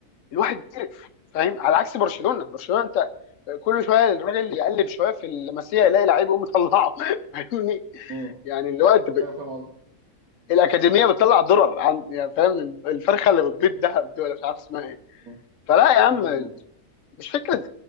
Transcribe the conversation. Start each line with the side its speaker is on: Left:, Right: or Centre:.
Left: الواحد قرف فاهم على عكس برشلونه
Right: مم.
Left: برشلونه انت كل شويه الراجل يقلب شويه في المسيح يلاقي لعيب يقوم مطلعه <laughs> فاهمني
Right: مم.
Left: يعني الوقت
Right: ايوه فاهم قصدك
Left: الاكاديميه بتطلع درر عن يعني فاهم الفرخه
Right: مم.
Left: اللي بتبيض دهب دي ولا مش عارف اسمها ايه
Right: مم.
Left: فلا يا
Right: مم.
Left: عم مش فكره